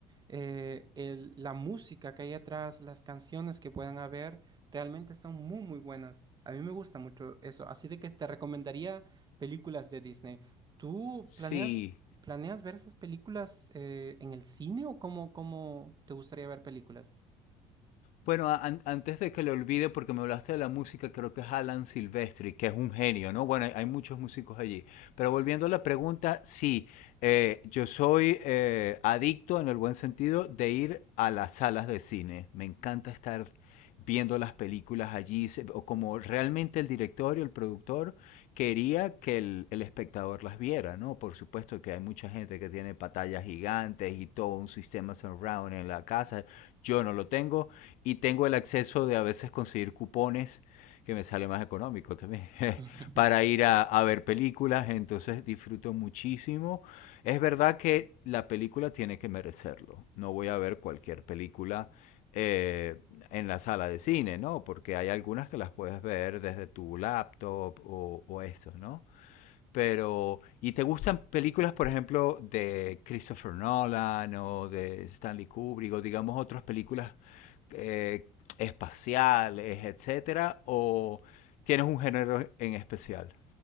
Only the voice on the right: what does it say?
eh, el- la música que hay atrás, las canciones que puedan haber, realmente son muy, muy buenas. A mí me gusta mucho eso, así de que te recomendaría películas de Disney. ¿Tú
planeas, planeas ver esas películas eh, en el cine o cómo, cómo te gustaría ver películas?
<laughs>